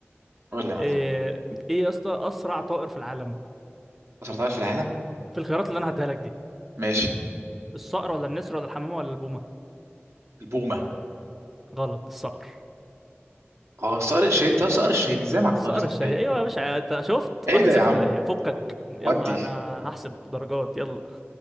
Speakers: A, on the right; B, in the centre.
A: قول لي يا
B: إيه
A: معلم
B: إيه يا اسطى أسرع طائر في العالم
A: أسرع طائر في العالم
B: في الخيارات اللي أنا هديها لك دي
A: ماشي
B: الصقر ولا النسر ولا الحمامة ولا البومة
A: البومة
B: غلط الصقر
A: اه صقر الشاهين طب صقر الشاهين ازاي ما عرفتهاش
B: الصقر
A: دي
B: الشهي
A: ايه
B: أيوة يا باشا أنت شفت
A: ايه
B: واحد
A: ده
B: صفر
A: يا عم
B: ليا فكك
A: ودي
B: يلا أنا هحسب درجات يلا